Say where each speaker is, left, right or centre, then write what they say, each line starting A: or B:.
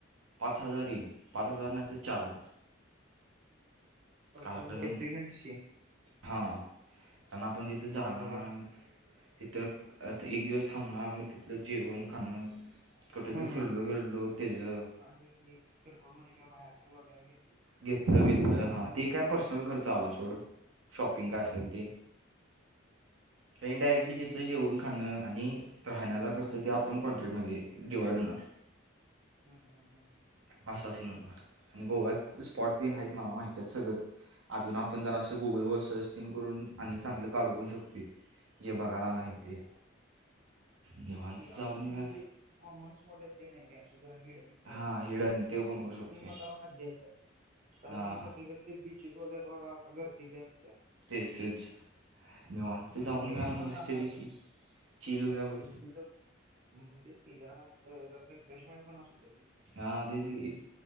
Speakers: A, on the right; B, on the right.
A: पाच हजार येईल, पाच हजार नाहीतर चार हजार. कार्डन,
B: टू डे थ्री नाईट्सची
A: हा कारण आपण तिथं जाणार
B: पाच हजार
A: तिथं आ एक दिवस थांबण मग तिथलं जेवण खाणं. कुठंतर
B: हम्म,
A: फिरलो
B: हम्म.
A: बिरलो त्याचं
B: आणि <unintelligible> किरकोळ मध्ये काय बाहेरचं वगैरे घे
A: घेतलं बितलं हा, ते काय पर्सनल
B: एक्स्ट्रा
A: खर्च आला सोड, शॉपिंग
B: हम्म
A: काय असेल ती. कायनी डायरेक्टली तिथलं जेउन खाणं आणि राहण्याचा खर्च ते आपण कौंट्रीमध्ये डिवाइड होणार.
B: हम्म हम्म हम्म हम्म
A: असा सिन होणार, आणि गोव्यात स्पॉट तेन मला माहित आहेत सगळं. अजून आपण जरासं गुगलवर सर्च सिन करून, आणि चांगलं काढू पण शकतोय. जे बघायला
B: खरंय.
A: नाही ते. निवांत
B: तेच की,
A: जाऊन
B: असे पण
A: येऊया
B: जे जे कॉमन स्पॉट आहेत ते नाही, असे जरा हिडन स्पॉट
A: हां
B: <unintelligible> ते
A: हिडन
B: असतात
A: ते
B: ना,
A: पण होऊ शकतो
B: ते बघायला मज्जा येतं, कारण
A: हां
B: हे सगळीकड ते बिचेस वगैरेला आता गर्दी लय असत्या.
A: तेच तेच, निेवांत
B: मग
A: जाऊन
B: तिथं
A: येऊया
B: तर आपण
A: मस्तपैकी,
B: जाणारच
A: चि <unintelligible>
B: <unintelligible> हम्म तेच की जरा अ गर्दन फ्रेश होयला पण असुद्या रे.
A: हा
B: कारण
A: तेच की.